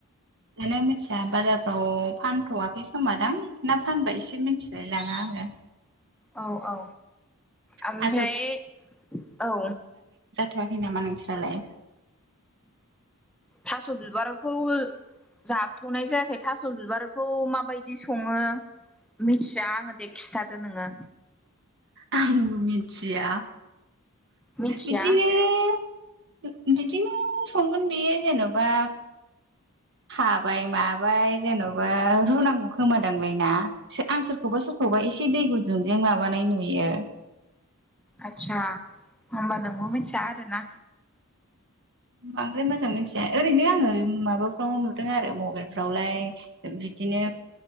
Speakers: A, on the right; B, in the centre.
A: जानो मिथिया बाजारफ्राव फानथ'वाखै खोमादां ना फानबायसो मिथिलाय लाङा आङो
B: औ औ ओमफ्राय
A: थास'
B: औ।
A: खोयाखोय नामा नोंस्रालाय।
B: थास' बिबारखौ। जाबथ'नाय जायाखै थास' बिबारखौ माबायदि सङो। मिथिया आङो दे खिथादो नोङो।
A: आंबो मिथिया
B: मिथिया
A: बिदिनो। बिदिनो संगोन बेयो जेन'बा। हाबाय माबाय जेन'बा रुनांगौ खोमान। दांलायना आं सोरखौबा सोरखौबा एसे दै गुदुंजों माबानाय नुयो।
B: आतसा ओमबा नोंबो मिथिया आरो ना।
A: बांद्राय मोजां मिथिया ओरैनो आङो माबाफ्राव नुदों आरो मबाइलफ्रावलाय बिदि। बिदिनो